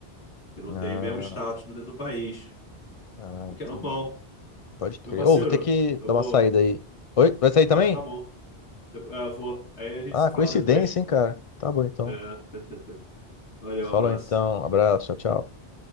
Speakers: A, on the left (about 85°); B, on the left (about 45°).
A: Que não
B: Ah,
A: tem o mesmo status dentro do país.
B: ah,
A: O
B: entendi.
A: que é normal.
B: Pode crer.
A: Meu parceiro,
B: Ô, vou ter que
A: eu
B: dar
A: vou.
B: uma saída aí. Oi, vai sair também?
A: É, tá bom. Depo- é, vou. Aí a gente
B: Ah,
A: se fala
B: coincidência,
A: depois.
B: hein, cara. Tá bom, então.
A: É. <laughs> Valeu,
B: Falou,
A: um abraço.
B: então. Abraço, tchau, tchau.